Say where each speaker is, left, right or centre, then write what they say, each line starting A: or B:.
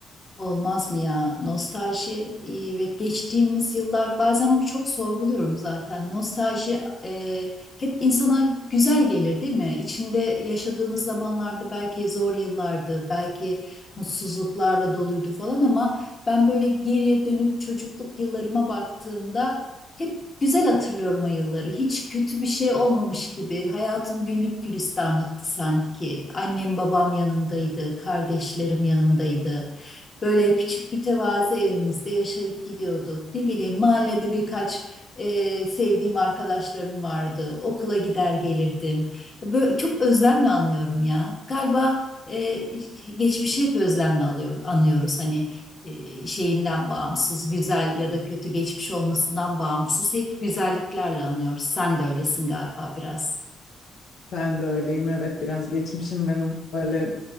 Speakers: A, on the left (about 30°); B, on the left (about 70°).
A: Olmaz mı ya? Nostalji e, ve geçtiğimiz yıllar bazen onu çok sorguluyorum zaten. Nostalji e, hep insana güzel gelir değil mi? İçinde yaşadığımız zamanlarda belki zor yıllardı, belki mutsuzluklarla doluydu falan ama ben böyle geriye dönüp çocukluk yıllarıma baktığımda hep güzel hatırlıyorum o yılları. Hiç kötü bir şey olmamış gibi. Hayatım güllük gülistanlıktı sanki. Annem babam yanımdaydı, kardeşlerim yanımdaydı. Böyle küçük bir tevazi evimizde yaşayıp gidiyorduk. Ne bileyim mahallede birkaç e, sevdiğim arkadaşlarım vardı. Okula gider gelirdim. Böyle, çok özlemle anlıyorum ya. Galiba e, geçmişi hep özlemle alıyor, anlıyoruz. Hani e, şeyinden bağımsız, güzel ya da kötü geçmiş olmasından bağımsız hep güzelliklerle anıyoruz. Sen de öylesin galiba biraz.
B: Ben de öyleyim evet biraz geçmişim beni hep böyle